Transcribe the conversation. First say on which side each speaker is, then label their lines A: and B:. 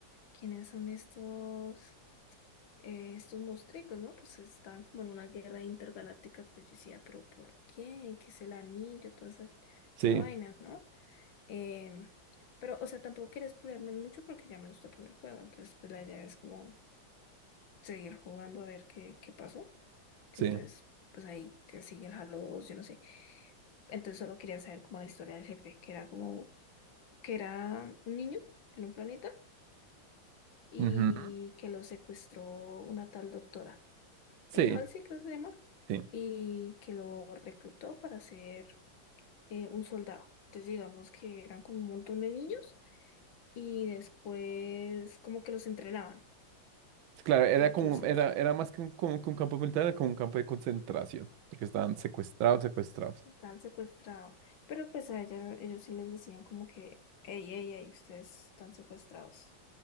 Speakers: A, on the left; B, on the right.
A: ¿quiénes son estos, eh, estos monstruos, ¿no? Pues estaban como en una guerra intergaláctica, pues yo decía, pero ¿por qué? ¿Qué es el anillo? Toda esa,
B: Sí,
A: esa vaina, ¿no? Em, pero, o sea, tampoco quería explorarme mucho porque ya me gusta poner el juego, entonces pues la idea es como seguir jugando a ver qué, qué pasó.
B: sí.
A: Entonces, pues ahí que sigue el Halo dos yo no sé. Entonces solo quería saber como la historia del jefe, que era como, que era un niño en un planeta y
B: Ujú.
A: que lo secuestró una tal doctora,
B: Sí,
A: eh, Halsey creo que se llama,
B: sí.
A: y que lo reclutó para ser eh, un soldado. Entonces digamos que eran como un montón de niños y después como que los entrenaban,
B: Claro, era
A: ta,
B: como,
A: que los entrenaban.
B: era, era más que un, como que un campo militar, era como un campo de concentración, porque estaban secuestrados, secuestrados.
A: Estaban secuestrados. Pero pues a ella, ellos sí les decían como que, hey, hey, hey, ustedes están secuestrados,